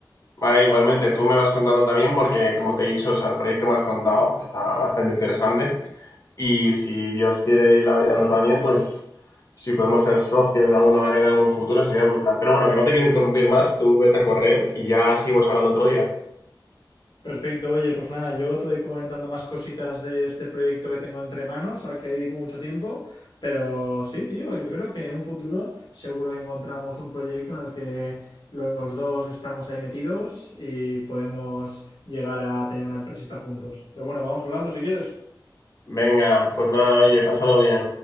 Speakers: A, on the left; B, on the left.
A: Vale, igualmente, tú me vas contando también porque, como te he dicho, o sea, el proyecto que me has contado está bastante interesante y si Dios quiere y la vida nos va bien, pues si podemos ser socios de alguna manera en algún futuro sería brutal. Pero bueno, que no te quiero interrumpir más, tú vete a correr y ya seguimos hablando otro día.
B: Perfecto, oye, pues nada, yo te voy comentando más cositas de este proyecto que tengo entre manos, al que dedico mucho tiempo, pero sí, tío, yo creo que en un futuro seguro que encontramos un proyecto en el que los dos estamos ahí metidos y podemos llegar a tener una empresita juntos. Pero bueno, vamos hablando si quieres.
A: Venga, pues nada, oye, pásalo bien.